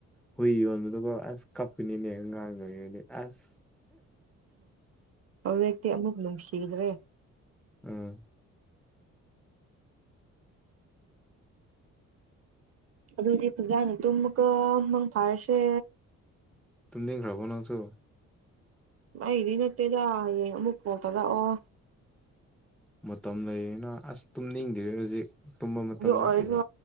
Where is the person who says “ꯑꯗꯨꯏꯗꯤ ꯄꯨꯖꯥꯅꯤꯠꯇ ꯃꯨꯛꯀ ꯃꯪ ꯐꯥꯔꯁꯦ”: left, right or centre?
Right